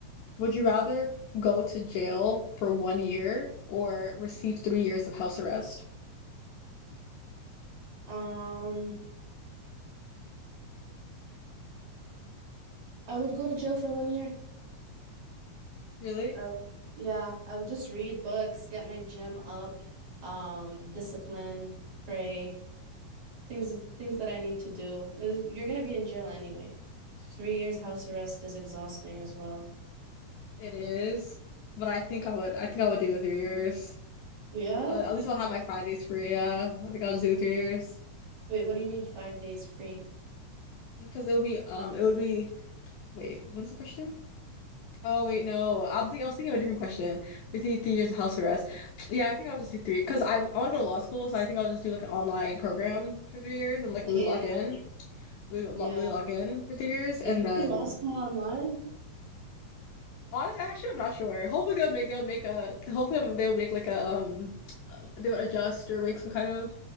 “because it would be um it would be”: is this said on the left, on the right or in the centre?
Left